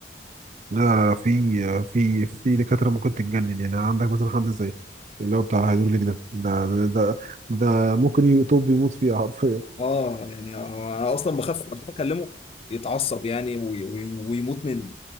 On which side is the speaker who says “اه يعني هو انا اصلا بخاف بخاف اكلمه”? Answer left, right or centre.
Left